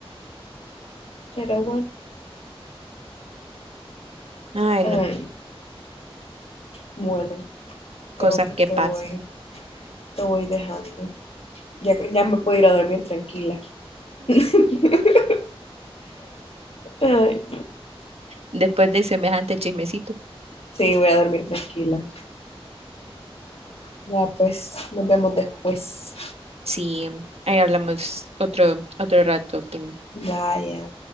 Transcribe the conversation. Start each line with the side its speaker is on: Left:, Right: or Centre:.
Left: Pero bueno,
Right: Ay,
Left: ay,
Right: no,
Left: bueno, creo
Right: cosas
Left: que
Right: que
Left: te
Right: pasan.
Left: voy, te voy dejando. Ya, ya me puedo ir a dormir tranquila. <laughs> Ay,
Right: Después de semejante chismecito.
Left: sí, voy a dormir tranquila. Ya, pues, nos vemos después.
Right: Sí, ahí hablamos otro, otro rato, Kim.
Left: Vaya.